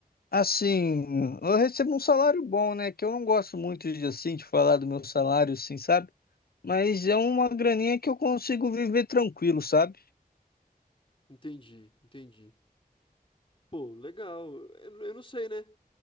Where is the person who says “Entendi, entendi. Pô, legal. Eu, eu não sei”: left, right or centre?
Left